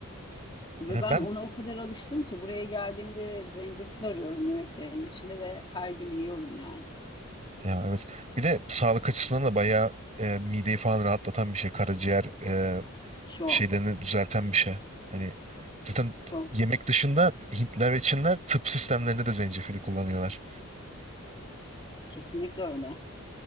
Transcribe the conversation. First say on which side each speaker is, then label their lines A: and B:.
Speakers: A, on the left; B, on the right.
A: Ve
B: E,
A: ben
B: Ben
A: ona o kadar alıştım ki buraya geldiğimde zencefil arıyorum yemeklerin içinde ve her gün yiyorum yani.
B: ya evet. Bir de sağlık açısından da bayağı e, mideyi falan rahatlatan bir şey. Karaciğer e,
A: Çok,
B: şeylerini düzelten bir şey. Hani zaten
A: çok.
B: yemek dışında Hintler ve Çinler tıp sistemlerinde de zencefili kullanıyorlar.
A: Kesinlikle öyle.